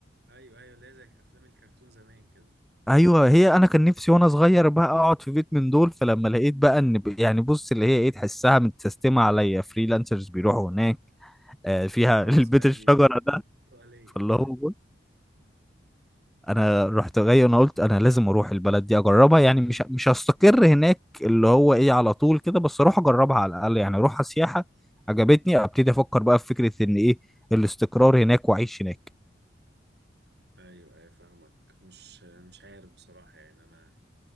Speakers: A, on the right; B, in the centre.
A: ايوه ايوه اللي هي زي افلام الكرتون زمان كده
B: أيوه هي أنا كان نفسي وأنا صغير بقى أقعد في بيت من دول فلما لقيت بقى إن ب- يعني بص اللي هي إيه تحسها متسيستمة عليا فريلانسرز بيروحوا هناك آه، فيها
A: خلاص
B: <laughs> البيت
A: بقى
B: الشجره
A: دي
B: ده
A: حلوة ليا
B: فاللي هو بص، انا رحت جاي انا قلت انا لازم اروح البلد دي اجربها يعني مش مش هستقر هناك اللي هو ايه على طول كده بس اروح اجربها على الاقل يعني اروح سياحه عجبتني ابتدي افكر بقى في فكره ان ايه الاستقرار هناك واعيش هناك
A: ايوه ايوه فاهمك مش مش عارف بصراحه يعني انا